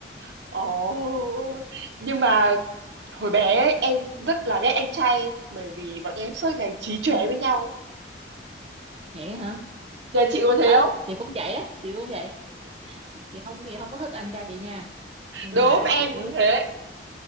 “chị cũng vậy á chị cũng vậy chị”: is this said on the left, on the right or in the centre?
Right